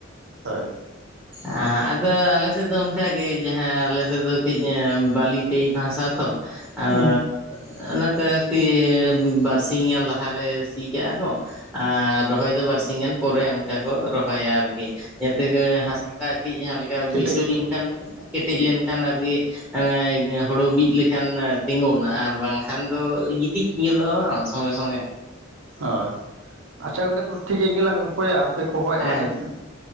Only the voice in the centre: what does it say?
ᱟᱸ ᱟᱫᱚ ᱟᱞᱮ ᱥᱮᱫ ᱫᱚ ᱚᱱᱠᱟᱜᱮ ᱡᱟᱦᱟᱸ ᱟᱞᱮ ᱥᱮᱫ ᱫᱚ ᱠᱟᱹᱡ ᱮᱸ ᱵᱟᱹᱞᱤ᱾ <unintelligible> ᱦᱟᱥᱟ ᱛᱚ ᱟᱨᱚ᱾
ᱚᱱᱟᱛᱮ ᱟᱨᱠᱤ ᱵᱟᱨᱥᱤᱧ ᱜᱟᱱ ᱞᱟᱦᱟᱨᱮ ᱥᱤ ᱠᱟᱜᱼᱟ ᱠᱚ᱾ ᱟᱨ ᱨᱚᱦᱚᱭ ᱫᱚ ᱵᱟᱨᱥᱤᱝ ᱜᱟᱱ ᱯᱚᱨᱮ ᱚᱱᱠᱟ ᱠᱚ ᱨᱚᱦᱚᱭᱟ ᱟᱨᱼᱼ ᱠᱤ ᱡᱟᱛᱮ ᱠᱚᱨᱮ ᱦᱟᱥᱟᱴᱟᱜ ᱠᱤᱡ ᱦᱟᱞᱠᱟ ᱵᱟᱹᱭᱥᱟᱹᱣ
ᱞᱮᱱᱠᱷᱟᱱ ᱠᱮᱴᱮᱡ ᱞᱮᱱᱠᱷᱟᱱ ᱟᱨᱠᱤᱼᱼ ᱟᱱᱮ ᱦᱳᱲᱳ ᱵᱤᱫ ᱞᱮᱠᱷᱟᱱ ᱛᱤᱸᱜᱳᱱᱟ ᱟᱨ ᱵᱟᱝᱠᱷᱟᱱ ᱫᱚ ᱜᱤᱛᱤᱡ᱾ ᱜᱚᱫᱚᱜᱼᱟ ᱵᱟᱝ ᱥᱚᱸᱜᱮ ᱥᱚᱸᱜᱮ᱾
ᱟᱪ